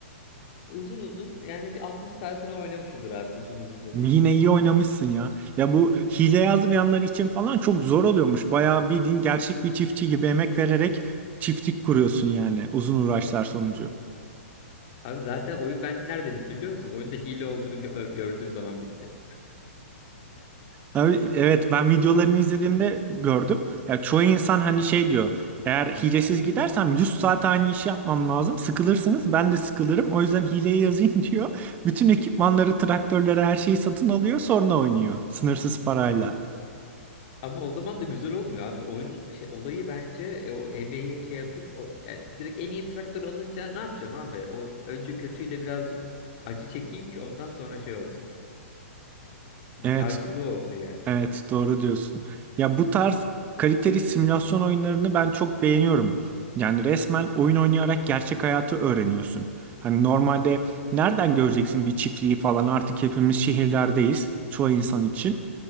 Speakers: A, on the left; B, on the right.
A: E, uzun uzun yani bir 60 saat falan oynamışımdır abi uzun uzun dediğim.
B: Yine iyi oynamışsın ya. Ya bu hile yazmayanlar için falan çok zor oluyormuş. Bayağı bildiğin gerçek bir çiftçi gibi emek vererek çiftlik kuruyorsun yani uzun uğraşlar sonucu.
A: Abi zaten oyun bende nerede bitti biliyor musun? Oyunda hile olduğunu gö- gördüğüm zaman bitti.
B: Abi, Evet ben videolarını izlediğimde gördüm. Ya çoğu insan hani şey diyor. Eğer hilesiz gidersem 100 saat aynı işi yapmam lazım. Sıkılırsınız ben de sıkılırım. O yüzden hileyi yazayım <laughs> diyor. Bütün ekipmanları, traktörleri her şeyi satın alıyor sonra oynuyor. Sınırsız parayla.
A: Ama o zaman da güzel olmuyor abi. Oyunun şey, olayı bence e, o emeği şey yapıp o, yani direkt en iyi traktör alınca ne yapacağım abi? O önce kötüyle birazcık acı çekeyim ki ondan sonra şey olsun. Bir
B: Evet
A: karşılığı olsun yani.
B: Evet, doğru diyorsun. Ya bu tarz kaliteli simülasyon oyunlarını ben çok beğeniyorum. Yani resmen oyun oynayarak gerçek hayatı öğreniyorsun. Hani normalde nereden göreceksin bir çiftliği falan artık hepimiz şehirlerdeyiz çoğu insan için.